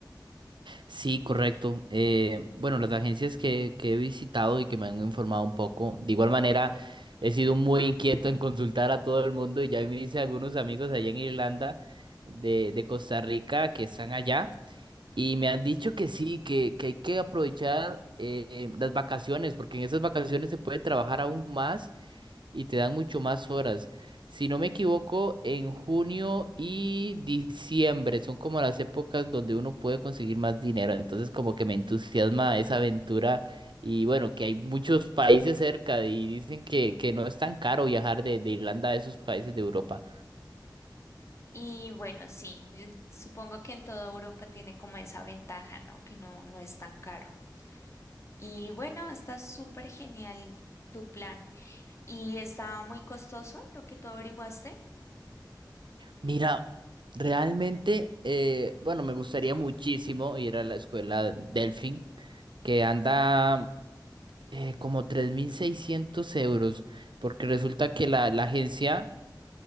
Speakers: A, on the right; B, on the left.
A: Sí, correcto. Eh, bueno, las agencias que, que he visitado y que me han informado un poco, de igual manera, he sido muy inquieto en consultar a todo el mundo y ya me hice algunos amigos allá en Irlanda de, de Costa Rica que están allá. Y me han dicho que sí, que, que hay que aprovechar eh, las vacaciones, porque en esas vacaciones se puede trabajar aún más y te dan mucho más horas. Si no me equivoco, en junio y diciembre son como las épocas donde uno puede conseguir más dinero. Entonces como que me entusiasma esa aventura y bueno, que hay muchos países cerca y dicen que, que no es tan caro viajar de, de Irlanda a esos países de Europa.
B: Y bueno, sí, eh, supongo que en toda Europa tiene como esa ventaja, ¿no? Que no, no es tan caro. Y bueno, está súper genial tu plan. ¿Y está muy costoso lo que tú averiguaste?
A: Mira, realmente, eh, bueno, me gustaría muchísimo ir a la escuela Delfin, que anda eh, como 3.600 euros, porque resulta que la, la agencia